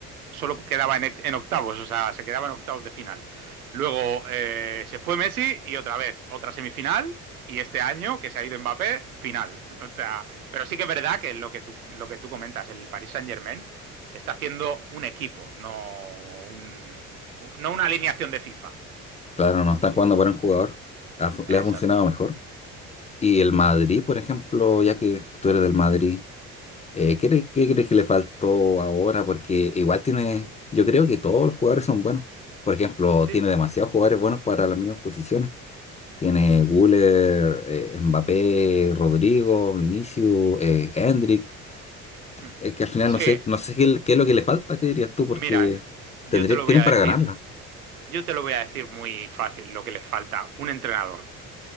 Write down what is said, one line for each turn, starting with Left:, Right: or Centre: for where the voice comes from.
Right: solo quedaba en, e, en octavos, o sea, se quedaba en octavos de final. Luego eh, se fue Messi y otra vez, otra semifinal. Y este año, que se ha ido Mbappé, final. <laughs> O sea, pero sí que es verdad que lo que tú, lo que tú comentas, el Paris Saint-Germain se está haciendo un equipo, no, un- no una alineación de FIFA.
Left: Claro, no están jugando para un jugador. Ha fu- le
Right: Exacto.
Left: ha funcionado mejor. Y el Madrid, por ejemplo, ya que tú eres del Madrid, eh, ¿qué, cre- qué crees que le faltó ahora? Porque igual tiene, yo creo que todos los jugadores son buenos. Por ejemplo,
Right: Sí.
Left: tiene demasiados jugadores buenos para las mismas posiciones. Tiene Güler, eh, Mbappé, Rodrigo, Vinicius, eh, Endrick.
Right: Hmm.
Left: Es que al final
Right: Sí,
Left: no sé, no sé qué, le- qué es lo que le falta, ¿qué dirías tú? Porque
Right: mira, yo
Left: tendría,
Right: te lo
Left: tienen
Right: voy a
Left: para
Right: decir.
Left: ganarla.
Right: Yo te lo voy a decir muy fácil, lo que les falta, un entrenador.